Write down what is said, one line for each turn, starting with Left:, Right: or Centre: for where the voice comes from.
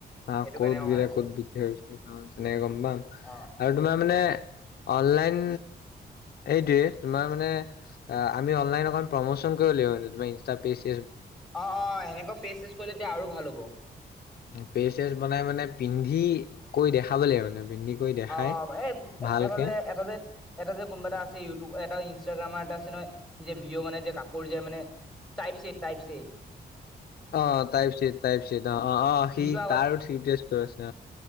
Left: আহ
Centre: সেইটো
Left: ক'ত
Centre: কাৰণে মই
Left: গিললে
Centre: ভাবিছো
Left: ক'ত বিধছে তেনেকে গম পাম
Centre: অ
Left: আৰু তোমাৰ মানে অনলাইন এইটোয়ে তোমাৰ মানে আমি অনলাইন অক প্ৰমোচন কৰিব লাগিবাৰ
Centre: অ অ সেনেকা ফেচ চেচ কৰিলে এতিয়া আৰু ভাল হ'ব
Left: পেজ বনাই মানে পিন্ধি কৰি দেখাব লাগিব মানে পিন্ধি কৈ দেখাই
Centre: অ অ এ
Left: ভালকে
Centre: এটা যে এটা যে এটা যে কোনোবা এটা আছে ইউটিউব এটা ইট্ৰৰগ্ৰামাৰ এটা আছে নহয় যে ভিডিঅ' বনাই যে কাপোৰ যে মানে টাইপ চছেট টাইপ ছেট
Left: অ টাইপছেট টাইপ চট অ অ অ সি
Centre: সিটো আগত
Left: তাৰো ঠিকষ্ট আছে